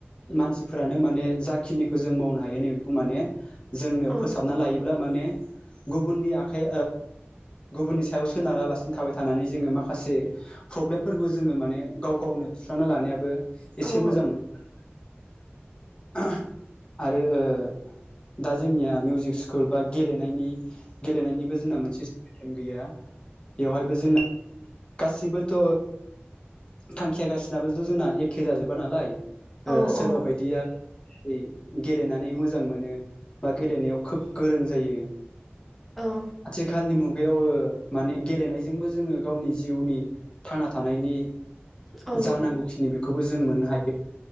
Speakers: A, on the left; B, in the centre.
A: मानसिफोरानो माने जाखिनिखौ जों मावनो हायो नैबेखौ माने‌ जोंनो
B: औ
A: फोसाबना लायोब्ला माने गुबुननि आखाइ गुबुननि सायाव सोनारालासिनो थाबाय थानानै जोङो माखासे प्रब्लेमफोरखौ जोङो माने गाव गावनो सुस्रांना लानायाबो एसे
B: औ
A: मोजां नङा <unintelligible> आरो ओ दा जोंनिया मिउजिक स्कुल बा गेलेनायनि गेलेनायनिबो जोंना मोनसे सिस्टेम गैया बेवहायबो जोंना गासिबोथ' थांखियाागासिनाबोथ' जोंना एखे जाजोबा नालाय
B: औ
A: सोरबा बायदियाै दिनै गेलेनानै मोजां मोनो। बा गेलेनायाव खोब गोरों जायो।
B: औ
A: आथिखालनि मुगायाव माने गेलेनायजोंबो जोङो गावनि जिउनि थांना थानायनि
B: औ
A: जानांगौखिनि बेखौबो जों मोननो हायो।